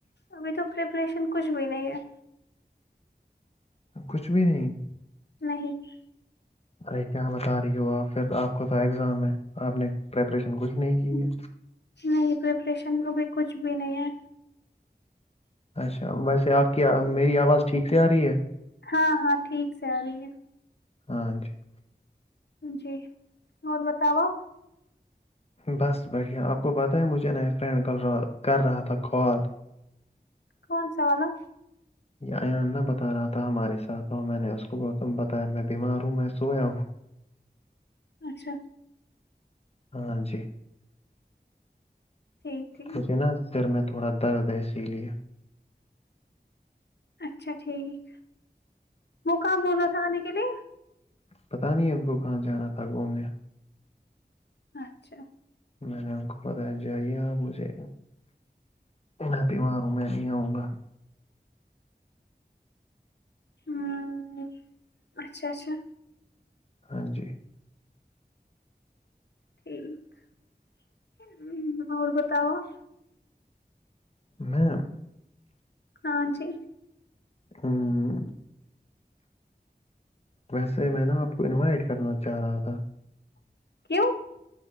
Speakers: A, on the left; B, on the left.
A: ابھی تو پریپریشن کچھ بھی نہیں ہے
B: کچھ بھی نہیں <unintelligible>
A: نہیں <unintelligible>
B: ارے کیا بتا رہی ہو پھر آپ کو تو ایگزام ہے آپ نے پریپریشن کچھ نہیں کی ہے
A: نہیں پریپریشن ابھی کچھ بھی نہیں ہے
B: اچھا ویسے آپ کی میری آواز ٹھیک سے آ رہی ہے
A: ہاں ہاں ٹھیک سے آ رہی ہے
B: ہاں جی <unintelligible>
A: جی اور بتاو آ
B: بس بٹھیا آپ کو پتاہ ہے مجھے ن ایک فرینڈ کا کر رہا تھا کال
A: کون سا والا
B: یہ ایان نہ بتا رہا تھا ہمارے ساتھ اور میں نے اس کو بتایا میں بیمار ہوں میں سویا ہوں
A: اچھا
B: ہاں جی
A: ٹھیک ٹھیک
B: مجھے نا سر میں تھوڑا درد ہے اسی لے
A: اچھا ٹھیک وہ کہاں بلاا تھا آنے کے لیے
B: پتہ نہیں ان کو کہاں جانا تھا گھومنے
A: اچھا
B: میں نے ان کو بتایا جیے آپ مجھے میں ت مار ہ میں نہیں آؤں گا
A: ہ اچھا اچھا
B: ہاں جی
A: ٹھیک اور بتاؤ آپ
B: میں
A: ہان جی
B: ہوں ویسے میں نا آپ کو انوائٹ کرنا چاہ رہا تھا
A: کیو